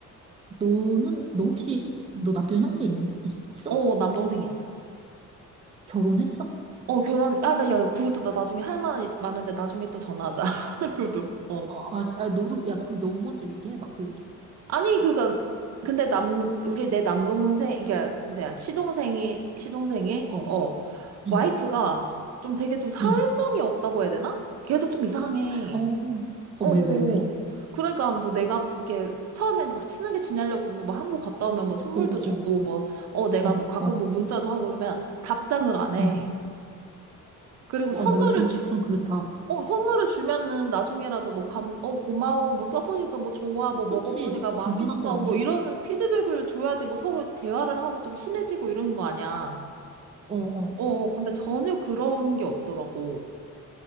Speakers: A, on the right (about 20°); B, on the right (about 55°).
A: 너는, 너 혹시, 너 남편 형제 있, 있어?
B: 어, 남동생 있어.
A: 결혼했어?
B: 어, 결혼, 아, 나, 야, 그것도 나 나중에 할 말 많은데 나중에 또 전화하자. <laughs> 그것도. 어.
A: 어, 아, 아, 너도, 야, 그럼 너 먼저 얘기해봐, 그 얘기.
B: 아니 그니까 근데 남 우리 내 남동생 이게 뭐냐 시동생이 시동생이
A: 어,
B: 어
A: 응,
B: 와이프가 좀 되게 좀 사회성이
A: 응.
B: 없다고 해야 되나? 걔도 좀 이상해.
A: 어, 어,
B: 어.
A: 왜,
B: 어.
A: 왜, 왜?
B: 어. 그러니까 뭐 내가 이렇게 처음에 막 친하게 지내려고 막 한국 갔다 오면 뭐 선물도
A: 어, 어,
B: 주고
A: 어,
B: 뭐 어 내가
A: 어,
B: 뭐 가끔
A: 어,
B: 뭐 문자도 하고 그러면 답장을 안 해.
A: 응.
B: 그리고
A: 와,
B: 선물을
A: 뭐야, 좀,
B: 주,
A: 좀 그렇다.
B: 어, 선물을 주면은 나중에라도 뭐 감, 어, 고마워, 뭐 써보니까 뭐 좋아, 뭐 먹어보니까
A: 그치.
B: 맛있어,
A: 당연한 거 아니야?
B: 뭐 이런 피드백을 줘야지 뭐 서로 대화를 하고 좀 친해지고 이런 거 아니야.
A: 어, 어.
B: 어, 어, 근데 전혀 그런 게 없더라고.